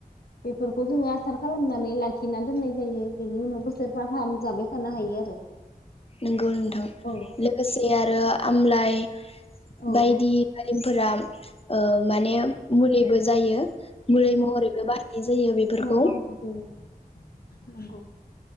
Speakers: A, on the left; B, on the left.
A: बेफोरखौ जोङो आसार खालामनानै लाखिना दोननाय जायो। बेनि उनाव बोसोर फागाहाम जाबाय थानो हायो आरो
B: नंगौ नोंथां।
A: औ
B: लोगोसे आरो आमलाइ
A: औ
B: बायदि दालिमफोराम <unintelligible> ओ माने मुलिबो जायो मुलि महरैबो बाहनाय जायो बेफोरखौ
A: औ बाहायनाय जायो नंगौ